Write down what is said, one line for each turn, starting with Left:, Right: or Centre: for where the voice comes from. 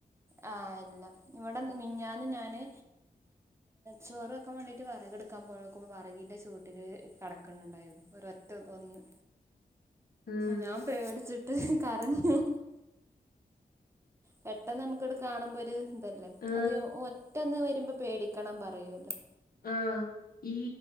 Right: ആ, ഇല്ല ഇവിടെ മിനിഞ്ഞാന്ന് ഞാന് ചോറ് വെക്കാൻ വേണ്ടീട്ട് വെറക്കെടുക്കാ ക്ക്പോഴക്കുമ്പോ വറകീന്റെ ചൂട്ടില് കിടക്കുന്നുണ്ടായിരുന്നു ഒരോഒറ്റ ഒന്ന്
Left: ഉം
Right: ഞാൻ പേ <unintelligible> <unintelligible> കരഞ്ഞു പെട്ടെന്ന് നമുക്കിവിടെ കാണുമ്പോ ഒരു ഇതല്ലേ
Left: ആ,
Right: അത് ഒറ്റന്ന് വരുമ്പോ പേടിക്കണം പറയൂല്ലോ
Left: ആ ഈ